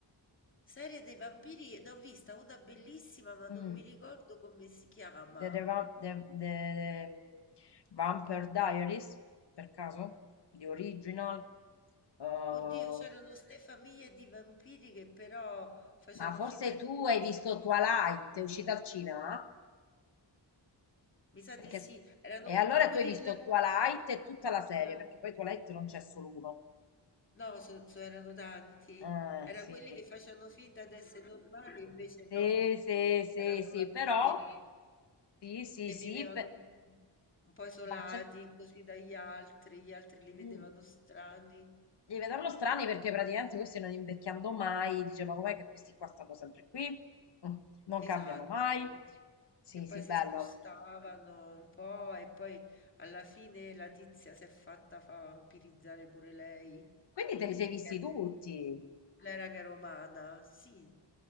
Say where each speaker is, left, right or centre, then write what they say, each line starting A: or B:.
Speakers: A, on the left; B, on the left.
A: Serie dei vampiri, ne ho vista una bellissima, ma
B: Mm.
A: non mi ricordo come si chiama.
B: The, The Vamp- The- The Vampire Diaries, per caso? The Original? Uh,
A: Oddio, c'erano ste famiglie di vampiri che però facevano
B: ma forse
A: finta di
B: tu
A: non
B: hai
A: essere...
B: visto Twilight, è uscita al cinema?
A: Mi sa
B: Perché...
A: di sì,
B: s-
A: erano
B: E allora
A: quelli
B: tu hai visto
A: della...
B: Twilight e tutta la serie,
A: Live.
B: perché poi Twilight non c'è solo uno.
A: No, so- so- erano tanti.
B: Eh,
A: Era
B: sì.
A: quelli che facevano finta di essere normali, invece
B: Sì,
A: no,
B: sì, sì,
A: erano
B: sì,
A: vampiri
B: però... Sì, sì,
A: che
B: sì,
A: vivevano
B: pe-
A: un po' isolati
B: ma c'è...
A: così dagli altri, gli altri li
B: mm,
A: vedevano strani.
B: Li vedevano strani perché praticamente questi non invecchiando mai, dice, ma com'è che questi qua stanno sempre qui? Mm, Non
A: Esatto.
B: cambiano mai. Sì,
A: Che poi
B: sì, bello.
A: si spostavano un po' e poi alla fine la tizia si è fatta fa vampirizzare pure lei.
B: Quindi te li sei visti
A: Che
B: tutti.
A: Le raghe romana, sì.